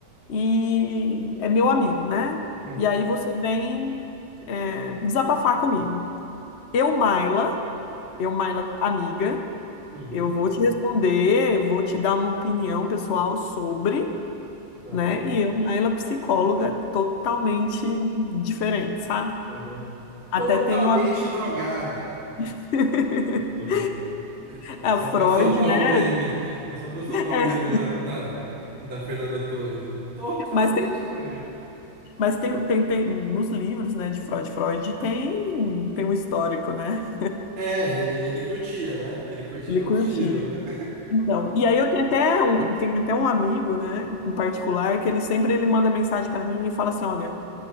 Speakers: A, on the left (about 80°); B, on the right (about 75°).
A: e é meu amigo, né?
B: Uhum,
A: E aí você vem é, desabafar comigo. Eu, Maila, eu, Maila, amiga,
B: uhum,
A: eu vou te responder, vou te dar uma opinião pessoal sobre,
B: aham,
A: né? E eu, Maila, psicóloga, totalmente diferente, sabe?
B: aham.
A: Até
B: Totalmente
A: tenho a...
B: drogada.
A: <laughs>
B: Tô brincando. É
A: é,
B: só
A: o Freud,
B: pra soltar
A: né?
B: o meme. É só pra soltar
A: É,
B: o meme da, da, da Fernanda Torres. né? Totalmente
A: mas tem,
B: drogada.
A: mas tem, tem, tem nos livros, né, de Freud, Freud tem, tem um histórico, né?
B: É, ele, ele curtia, né? Ele curtia
A: Ele
B: dar
A: curtia.
B: uns tiros, né?
A: Então, e aí eu tenho até um, tenho até um amigo, né, em particular, que ele sempre ele manda mensagem pra mim e fala assim, olha,